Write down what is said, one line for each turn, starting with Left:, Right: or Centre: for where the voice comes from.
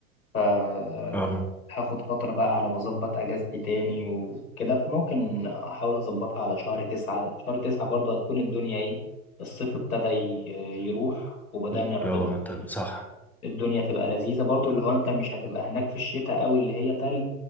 Left: آه،
Centre: اه
Left: هاخد فتره بقى على ما اظبط اجازتي تاني وكده فممكن احاول اظبطها على شهر 9 شهر 9 برضه هتكون الدنيا ايه الصيف ابتدى ي- يروح وبدأنا
Centre: ي-
Left: يعتبر
Centre: اه طب صح
Left: الدنيا تبقى لذيذه برضه اللي هو انت مش هتبقى هناك في الشتاء قوي اللي هي تلج